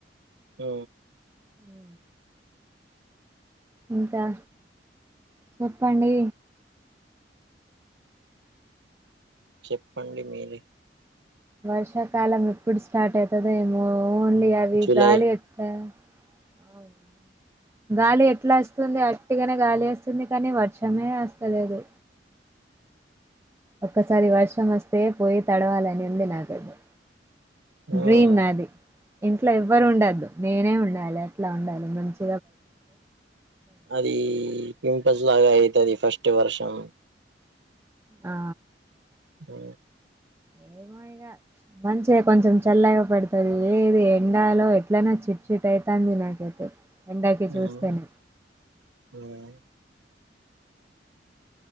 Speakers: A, on the right (about 90°); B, on the right (about 15°).
A: హ
B: ఉ ఇంకా చెప్పండి
A: చెప్పండి మీరే
B: వర్షాకాలం ఎప్పుడు స్టార్ట్ అయితదో ఏమో ఓన్లీ అవి
A: జూలై
B: గాలి ఎతా అవున గాలి ఎట్లా అస్తుంది అట్టిగానే గాలి వస్తుంది కానీ వర్షమే అస్తలేదు ఒక్కసారి వర్షం వస్తే పోయి తడవాలని ఉంది నాకైతే
A: ఉమ్,
B: డ్రీమ్ నాది ఇంట్లో ఎవ్వరు ఉండద్దు నేనే ఉండాలి అట్లా ఉండాలి మంచి
A: అది పింపుల్స్ లాగా అయితది ఫస్ట్ కి వర్షం
B: ఆ
A: ఆ
B: ఏమో ఇగ మంచిగా కొంచెం చల్లగా పడుతది ఏది ఎండాలో ఎట్లనా చిట్ చిట్ అయితాంది అదే అదే ఇందాకే చూసి
A: ఉమ్,
B: పోయిన
A: ఉమ్.